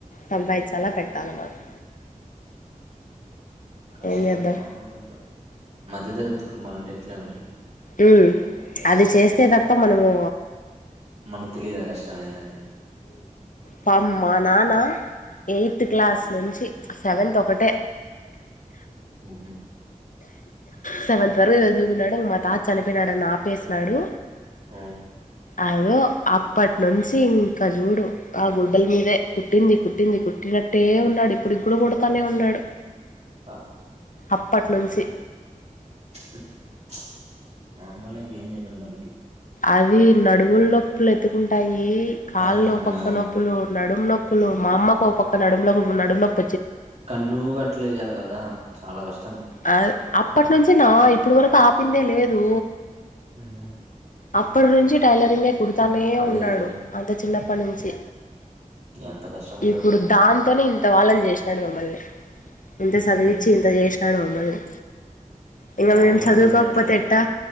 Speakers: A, on the left (about 70°); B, on the right (about 50°).
A: సంబంయిచాల పెట్టాలా మాకు
B: కష్టం
A: ఏం చేద్దాం
B: మాములుగా మధ్యతరగతి కుటుంబాల అంటే ఇట్లనే ఉంటరు
A: ఉ అది చేసి సేదప్ప మనము
B: మనకు తెలీదు ఆ కష్టం ఏందని
A: పామ్ మా నాన్న ఎయిత్ క్లాస్ నుంచి సెవెంతత్ ఒకటే
B: ఉ హు
A: సెవెంత్ వరగు జదువుకున్నాడు ఇంగ్ మాతత్ చనిపెనాడని ఆపేసినాడు
B: ఆ
A: అదో అప్పటినుంచి ఇంకా జూడు. ఆ గుడ్డల మీదే కుట్టింది కుట్టింది కుట్టినట్టే ఉన్నాడు. ఇప్పుడి కూడా కుడతానే ఉన్నాడు.
B: ఆ
A: అప్పట్నుంచి
B: హ్ చ్ మామూలే ఇంగేం జేదం దాని
A: అది నడువుల నొప్ లెతుకుం ఉంటాయి కాళ్
B: అవునవును
A: ఒ పక్క
B: ఆ
A: నొప్పులు నడుము నొప్పులు మా అమ్మకు ఒక పక్ ఒక నడుమ్లకు నడునొప్
B: కంటిన్యూగా అట్లేజెయాలి గదా చాలా గాష్
A: అయ్ ఆప్ ప్పటి నుంచి నా ఇప్పడు వరకు ఆపిందే లేదు
B: ఉ హు
A: అప్పుడ్నుంచి టడైలరింగే కుడుత్ తనే
B: అదే
A: ఉన్నాడు
B: అదే
A: అంత చిన్నప్ ప్ప నుంచి
B: ఎంత కష్టం ఉంటదో
A: ఇప్పుడు
B: పాపం
A: దాంతోనే ఇన్ త్తవళ్ళని జేస్నడు మమ్మల్ని ఎంత
B: ఉమ్
A: సదివిచి ఇంత జెస్ నడ్ మమ్మల్ని ఇంగ
B: జాబ్
A: మేము
B: గోడతవ్లే
A: చదువుకోకపోతే
B: నువేట్ల
A: ఎట్టా